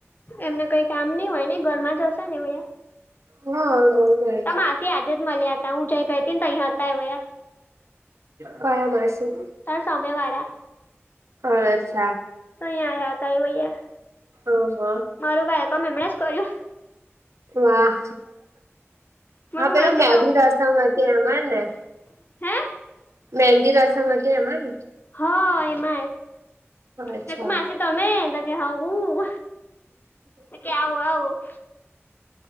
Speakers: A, on the left (about 40°); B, on the right (about 90°).
A: એમને કઈ કામ નઈ હોય ને ઘરમાં જ હશે ને ભૈ <unintelligible>
B: હા ગોલ મેરેજ
A: તો માસી આજે જ મળ્યા હતા હું જ ગઈ હતી ને તો અહીંયા હતા.
B: કયા માસી?
A: તાર સામે વાળા
B: હા અચ્છા
A: તો અહીં આયા હતા એ ભૈયા
B: હ હ.
A: મારું વેલકમ એમણે જ કર્યું.
B: વાહ
A: મેં
B: હા
A: કીધું
B: પેલું
A: માસી
B: મહેંદી રસમ હતી એમાં
A: તમે
B: ને.
A: હે
B: મહેંદી રસમ હતી એમાં.
A: હ એમાં
B: અચ્છા
A: તક માસી તમે તો કે હું. તો કે આવું આવું